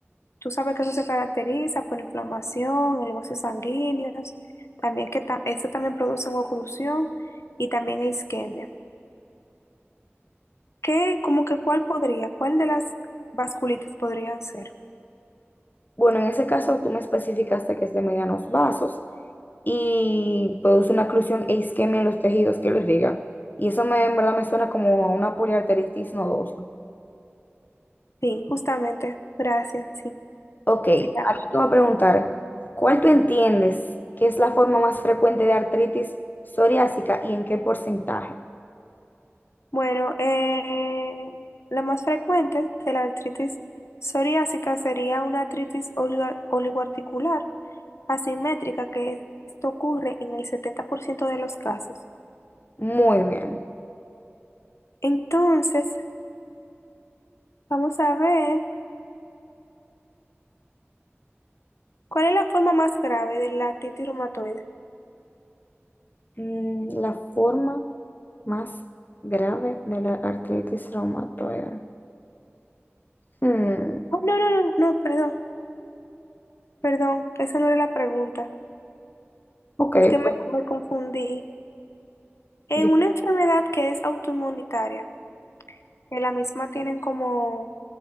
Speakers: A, on the left; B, on the left.
A: Tú sabes que eso se caracteriza por inflamación en los vasos sanguíneos, también que ta- eso también produce una oclusión y también isquemia. ¿Qué, como que cuál podría, cuál de las vasculitis podrían ser?
B: Bueno, en ese caso tú me especificaste que es de medianos vasos y produce una oclusión e isquemia en los tejidos que los liga. Y eso me, en verdad me suena como a una poliarteritis nodosa.
A: Sí, justamente, gracias, sí.
B: Ok,
A: sí,
B: ahora te voy a preguntar, ¿cuál tú entiendes que es la forma más frecuente de artritis psoriásica y en qué porcentaje?
A: Bueno, eh, la más frecuente de la artritis psoriásica sería una artritis oliga- oligoarticular asimétrica, que esto ocurre en el 70% de los casos.
B: Muy bien.
A: Entonces, vamos a ver cuál es la forma más grave de la artritis reumatoide.
B: Mm, la forma más grave de la artritis reumatoide. Mm,
A: Oh, no, no, no, no, perdón, perdón, esa no era la pregunta.
B: ok,
A: Es que me,
B: pues,
A: me confundí. En
B: di-
A: una enfermedad que es autoinmunitaria, En la misma tienen como